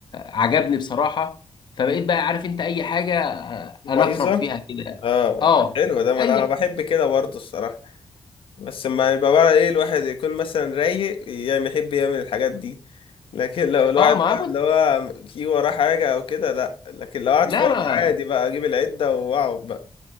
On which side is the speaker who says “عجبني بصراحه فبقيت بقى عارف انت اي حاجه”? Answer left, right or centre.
Left